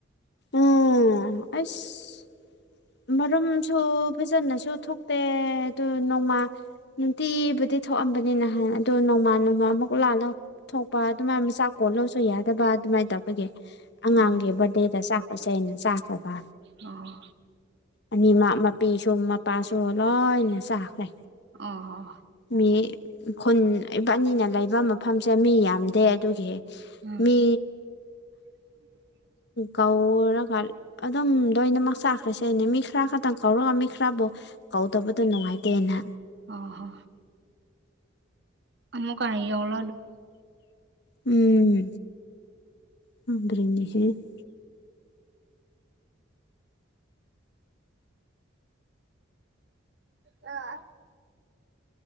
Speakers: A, on the left (about 55°); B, on the right (about 55°).
A: ꯎꯝ ꯑꯁ ꯃꯔꯨꯝꯁꯨ ꯐꯖꯅꯁꯨ ꯊꯣꯛꯇꯦ ꯑꯗꯨ ꯅꯣꯡꯃ ꯅꯨꯡꯇꯤꯕꯨꯗꯤ ꯊꯣꯛꯑꯝꯕꯅꯤ ꯅꯍꯥꯟ ꯑꯗꯨꯒ ꯅꯣꯡꯃꯥ ꯅꯣꯡꯃꯥ ꯑꯃꯨꯛ ꯂꯥꯜꯂꯧ ꯊꯣꯛꯄ ꯑꯗꯨꯃꯥꯏ ꯃꯆꯥꯥꯛ ꯀꯣꯂꯣꯁꯨ ꯌꯥꯗꯕ ꯑꯗꯨꯃꯥꯏ ꯇꯧꯕꯒꯤ ꯑꯉꯥꯡꯒꯤ
B: ꯑꯣ
A: ꯕꯥꯔꯗꯦꯗ ꯆꯥꯛꯄꯁꯦ ꯑꯩꯅ ꯆꯥꯈ꯭ꯔꯕ
B: ꯑꯣ
A: ꯑꯅꯤꯃꯛ ꯃꯄꯤꯁꯨ ꯃꯄꯥꯁꯨ ꯂꯣꯏꯅ ꯆꯥꯈ꯭ꯔꯦ
B: ꯎꯝꯍꯝ
A: ꯃꯤ ꯈꯨꯟ ꯏꯕꯥꯟꯅꯤꯅ ꯂꯩꯕ ꯃ__ ꯃꯐꯝꯁꯦ ꯃꯤ ꯌꯥꯝꯗꯦ ꯑꯗꯨꯒꯤ
B: ꯎꯝ
A: ꯃꯤ
B: <inaudible>
A: ꯀꯧꯔꯨꯔꯒ ꯑꯗꯨꯝ ꯂꯣꯏꯅꯃꯛ ꯆꯥꯈ꯭ꯔꯁꯦꯅꯦ ꯃꯤ ꯈꯔ ꯈꯛꯇꯪ ꯀꯧꯔꯒ ꯃꯤ ꯈꯔꯕꯨ ꯀꯧꯗꯕꯗꯣ ꯅꯨꯡꯉꯥꯏꯇꯦꯅ
B: ꯑꯣ ꯍꯣ ꯑꯃꯛꯀꯥ <unintelligible>
A: ꯎꯝ ꯈꯪꯗ꯭ꯔꯤ <unintelligible>
B: ꯑ